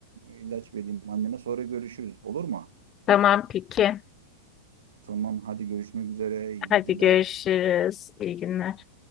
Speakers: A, on the right; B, on the left.
A: e, ilaç vereyim anneme. Sonra görüşürüz. Olur mu?
B: Tamam peki.
A: Tamam, hadi görüşmek üzere. İyi
B: Hadi
A: geceler.
B: görüşürüz. İyi günler.